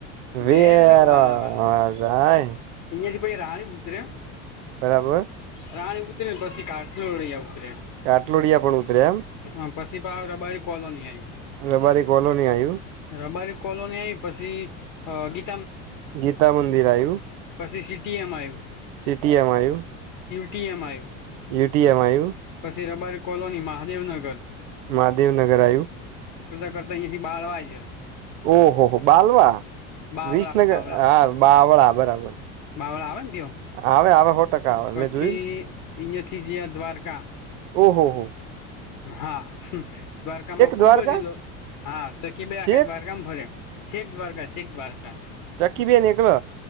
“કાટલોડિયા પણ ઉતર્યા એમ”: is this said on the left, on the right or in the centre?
Right